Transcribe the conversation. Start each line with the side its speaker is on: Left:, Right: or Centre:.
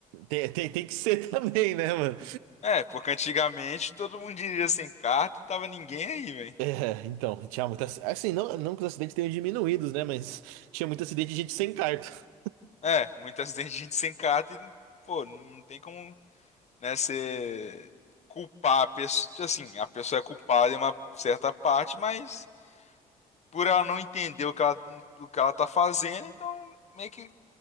Right: Tem, tem, tem que ser <laughs> também, né, mano?
Left: É, porque antigamente todo mundo dirigia sem carta e tava ninguém aí, velho.
Right: É, então, tinha muita. Assim, não, não que os acidentes tenham diminuídos, né? Mas tinha muito acidente de gente sem carta.
Left: É, muito acidente de gente sem carta e, pô, não tem como, né, você culpar a pessoa. Assim, a pessoa é culpada em uma certa parte, mas por ela não entender o que ela, o que ela tá fazendo, então meio que,